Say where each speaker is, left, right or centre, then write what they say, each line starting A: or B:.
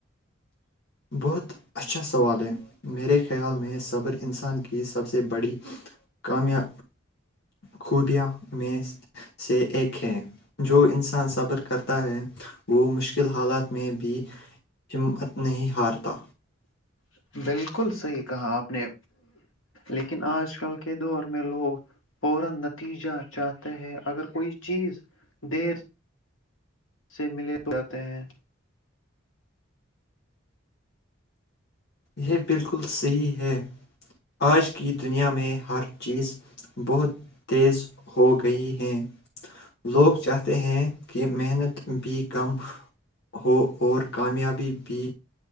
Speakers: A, on the left; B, on the left.
A: بہت اچھا سوال ہے میرے خیال میں صبر انسان کی سب سے بڑی کامیا خوبیاں میں سے ایک ہے جو انسان صبر کرتا ہے وہ مشکل حالات میں بھی ہمت نہیں ہارتا
B: بالکل صحی کہا آپ نے لیکن آج کل کے دور میں لوگ فورن نتیجہ چاہتے ہیں اگر کوئی چیز دیر سے ملے تو جتے ہیں
A: یہ بالکل صحیح ہے آج کی دنیا میں ہر چیز بہت تیز ہو گئی ہے لوگ جو کہتے ہیں کہ محنت بھی کم ہو اور کامیابی بھی